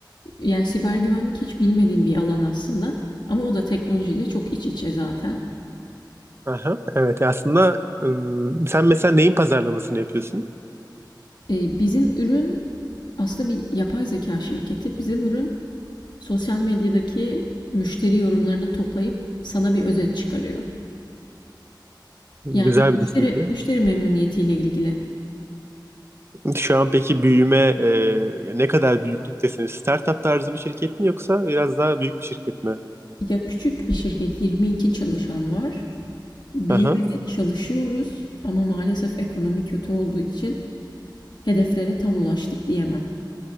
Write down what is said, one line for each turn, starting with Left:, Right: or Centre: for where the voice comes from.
Left: Yani siber güvenlik hiç bilmediğim bir alan aslında ama o da teknolojiyle çok iç içe zaten.
Right: Aha, evet aslında ım, sen mesela neyin pazarlamasını yapıyorsun?
Left: Eee, bizim ürün aslında bir yapay zeka şirketi. Bizim ürün sosyal medyadaki müşteri yorumlarını toplayıp sana bir özet çıkarıyor.
Right: Güzel
Left: Yani
Right: bir düşünce.
Left: müşteri müşteri memnuniyetiyle ilgili.
Right: Şu an peki büyüme e, ne kadar büyüklüktesiniz? Startup tarzı bir şirket mi yoksa biraz daha büyük bir şirket mi?
Left: Ya küçük bir şirket 22 çalışan var. Büyümeye
Right: Aha.
Left: çalışıyoruz ama maalesef ekonomi kötü olduğu için hedeflere tam ulaştık diyemem.